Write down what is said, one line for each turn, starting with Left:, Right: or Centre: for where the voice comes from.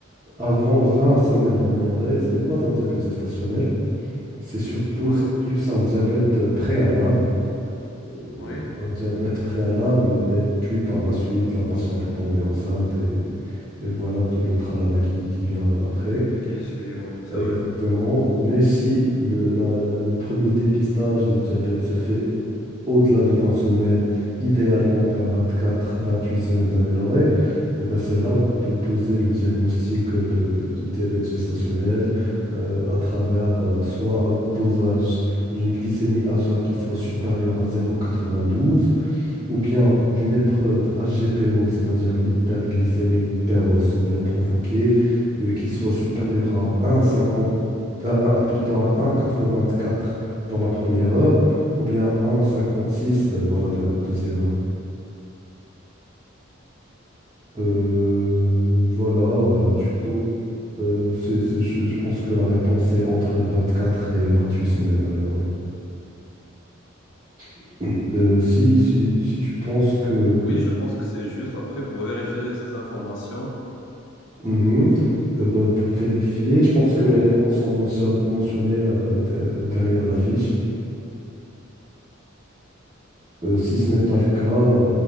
Right: avant 20 semaines d'aménorrhée, ce n'est pas un diabète gestationnel. C'est surtout,
Left: ouais,
Right: c'est plus un diabète euh, préalable. Euh,
Left: oui,
Right: un diabète préalable, et puis par la suite, la patiente est tombée enceinte et, et voilà tout le tralala qui, qui vient après.
Left: qui suit, ouais, c'est
Right: Exactement.
Left: vrai.
Right: Mais si le, la- le le premier dépistage de diabète se fait au-delà de 20 semaines, idéalement vers vingt-quatre, vingt-huit semaines d'aménorrhée, eh ben, c'est
Left: Mhm,
Right: là qu'on peut poser le diagnostic euh, de, de- de diabète gestationnel euh, à travers euh, soit un dosage d'une glycémie à jeun qui soit supérieure à zéro virgule quatre-vingt-douze ou bien d'une épreuve HGPO, c'est-à-dire l'hyperglycémie précoce ou bien provoquée, euh, qui soit supérieure à 1,50, à, à- à plutôt à 1,84 dans la première heure, ou bien 1,56 dans la deux- deuxième heure. Euh, voilà, euh, du
Left: mhm.
Right: coup, euh, c'est- c'est- je, je pense que la réponse est entre 24 et 28 semaines d'aménorrhée. <clears throat> Euh, si, si, si tu penses que
Left: Oui, je pense que c'est juste après pour vérifier ces informations.
Right: Mhm. Euh, ben, pour vérifier, je pense que
Left: Oui.
Right: les réponses sont mention- mentionnées euh, de- derrière la fiche. Euh, si ce n'est pas le cas, euh,